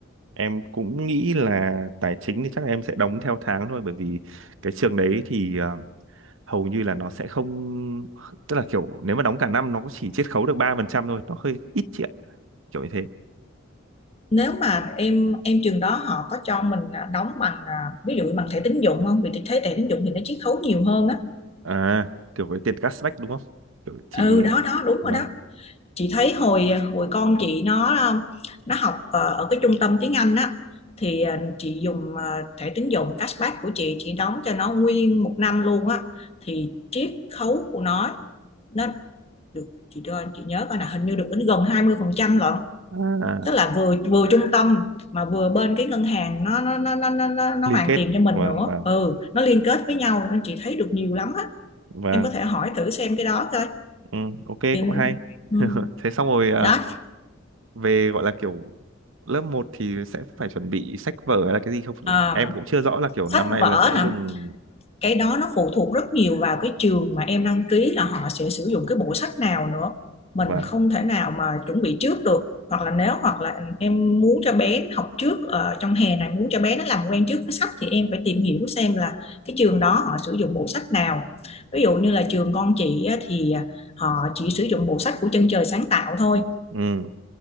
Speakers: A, on the right; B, on the left.
A: Em cũng nghĩ là tài chính thì chắc là em sẽ đóng theo tháng thôi bởi vì cái trường đấy thì ờ, hầu như là nó sẽ không tức là kiểu nếu mà đóng cả năm nó cũng chỉ chiết khấu được 3% thôi, nó hơi ít chị ạ, kiểu như thế.
B: nếu mà em em trường đó họ có cho mình à, đóng bằng à, ví dụ bằng thẻ tín dụng không vì chị thấy thẻ tín dụng thì nó chiết khấu nhiều hơn á
A: À, kiểu cái tiền cashback đúng không? Kiểu chị
B: ừ đó đó đúng
A: vâng.
B: rồi đó chị thấy hồi à, hồi con chị nó à, nó học à, ở cái trung tâm tiếng Anh á thì à, chị dùng à, thẻ tín dụng cashback của chị chị đóng cho nó nguyên một năm luôn á thì chiết khấu của nó nó được chị cho chị nhớ coi là hình như được đến gần 20% lận
A: À,
B: tức là vừa vừa trung tâm mà vừa bên cái ngân hàng nó nó nó nó nó nó, nó
A: liên
B: hoàn
A: kết
B: tiền cho mình
A: vâng
B: nữa
A: vâng
B: ừ nó liên kết với nhau nên chị thấy được nhiều lắm á
A: vâng
B: em có thể hỏi thử xem cái đó coi
A: ừ, ok
B: Vì-
A: cũng hay.
B: ừ.
A: <laughs> Thế xong rồi à,
B: đó
A: về gọi là kiểu lớp một thì sẽ phải chuẩn bị sách vở hay là cái gì không nhỉ?
B: à,
A: Em cũng chưa rõ là kiểu
B: sách
A: năm nay
B: vở
A: là sẽ
B: nè
A: dùng
B: cái đó nó phụ thuộc rất nhiều vào cái trường mà em đăng ký là họ sẽ sử dụng cái bộ sách nào nữa mình
A: vâng
B: không thể nào mà chuẩn bị trước được hoặc là nếu hoặc là em muốn cho bé học trước ờ, trong hè này muốn cho bé nó làm quen trước với sách thì em phải tìm hiểu xem là cái trường đó họ sử dụng bộ sách nào ví dụ như là trường con chị á, thì họ chỉ sử dụng bộ sách của chân trời sáng tạo thôi
A: ừ